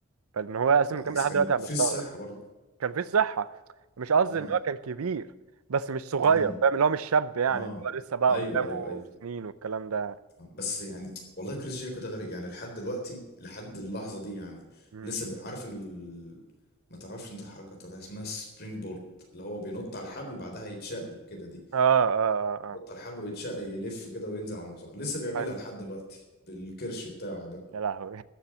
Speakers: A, on the right; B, on the left.
A: فان هو اصلا
B: بس
A: مكمل لحد
B: كان
A: دلوقتي انا
B: في
A: مستغرب
B: الصحة برضه
A: كان في صحه مش قصدي
B: اه
A: ان هو كان كبير بس مش صغير
B: امم
A: فاهم اللي هو مش شاب يعني
B: اه
A: اللي هو لسه بقى
B: ايوه
A: قدامه
B: ايوه ايوه
A: سنين والكلام ده
B: بس يعني والله كريس جيريكو ده غريب يعني لحد دلوقتي لحد اللحظة دي يعني
A: امم
B: لسه بي- عارف ال... ما تعرفش انت الحركة بتاعتها اسمها سبرينج بورد اللي هو بينط على الحبل بعدها يتشقلب كده دي
A: اه اه اه
B: ينط
A: اه
B: على الحبل ويتشقلب يلف كده وينزل على المصارع لسه بيعملها
A: فاهم
B: لحد دلوقتي بالكرش بتاعه ده
A: يا لهوي